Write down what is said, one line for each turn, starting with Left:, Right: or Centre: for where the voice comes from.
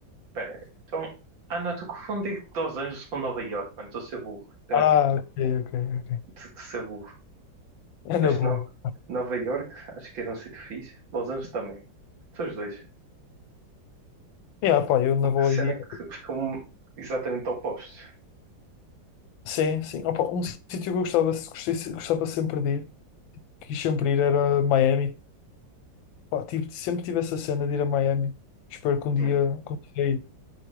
Right: espera. Então. Ah, não, estou confundindo Los Angeles com Nova York, mano. Estou a ser burro. Tá,
Left: Ah, ok, ok. ok.
Right: Estou a ser burro.
Left: É
Right: Este
Left: na boa.
Right: Nova, Nova York acho que era um sítio fixe. Los Angeles também. São os dois.
Left: Yeah, pá, eu na boa
Right: A cena
Left: iria.
Right: é que ficam exatamente opostos.
Left: Sim, sim. Opa, um sítio que eu gostava, gostei- gostava sempre de ir, quis sempre ir, era Miami. Pá, tive, sempre tive essa cena de ir a Miami. Espero que um dia
Right: Hum,
Left: consiga ir